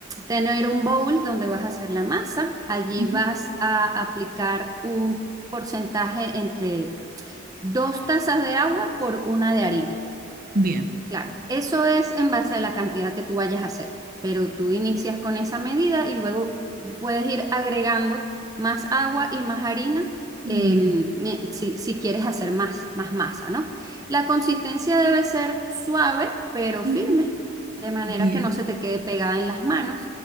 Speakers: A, on the right; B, on the right.
A: tener un bowl donde vas a hacer la masa. Allí
B: Ujú.
A: vas a aplicar un porcentaje entre dos tazas de agua por una de harina.
B: Bien,
A: Claro, eso es en base a la cantidad que tú vayas a hacer, pero tú inicias con esa medida y luego puedes ir agregando más agua y más harina
B: bien,
A: eh, si, si quieres hacer más, más masa, ¿no? La consistencia debe ser suave pero
B: Ujú.
A: firme, de manera
B: bien,
A: que no se te quede pegada en las manos.